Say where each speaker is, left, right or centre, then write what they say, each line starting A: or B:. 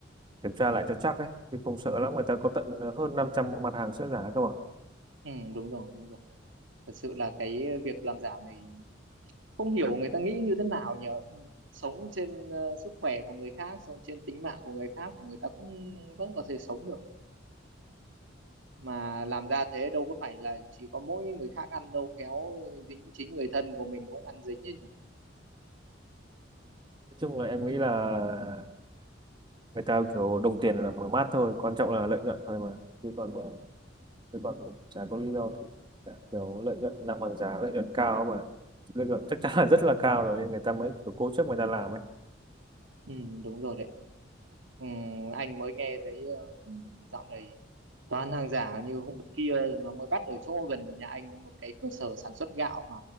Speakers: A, on the right (about 25°); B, on the right (about 75°).
A: kiểm tra lại cho chắc đấy chứ không sợ lắm người ta có tận ờ, hơn 500 mặt hàng sữa giả cơ mà nói
B: ừ đúng rồi, đúng rồi. Thật sự là cái việc làm giả này không hiểu người ta nghĩ như thế nào nhỉ sống trên ờ, sức khỏe của người khác sống trên tính mạng của người khác mà người ta cũng vẫn có thể sống được mà làm ra thế đâu có phải là chỉ có mỗi người khác ăn đâu khéo dính chính người thân của mình cũng ăn dính chứ nhỉ
A: chung là em nghĩ là người ta kiểu đồng tiền là mở mát thôi quan trọng là lợi nhuận thôi mà chứ còn ờ, chứ còn chả có lý do gì cả. kiểu lợi nhuận làm hàng giả lợi nhuận cao mà lợi nhuận chắc chắn là rất là cao rồi nên người ta mới kiểu cố chấp người ta làm ấy
B: ừ, đúng rồi đấy ừ, anh mới nghe thấy ờ, dạo này toàn hàng giả như hôm kia nó mới bắt ở chỗ gần nhà anh một cái cơ sở sản xuất gạo mà